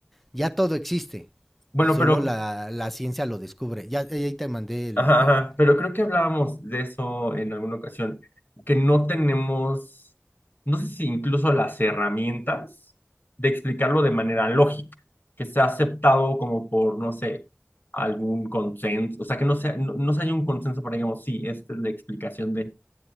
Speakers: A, in the centre; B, on the left.
A: Ya todo existe.
B: Bueno,
A: Solo
B: pero,
A: la, la ciencia lo descubre. Ya ahí te mandé lo
B: ajá,
A: de...
B: ajá, pero creo que hablábamos de eso en alguna ocasión, que no tenemos, no sé si incluso las herramientas de explicarlo de manera lógica, que sea aceptado como por, no sé, algún consenso, o sea, que no sea, no, no se haya un consenso para, digamos, sí, esta es la explicación de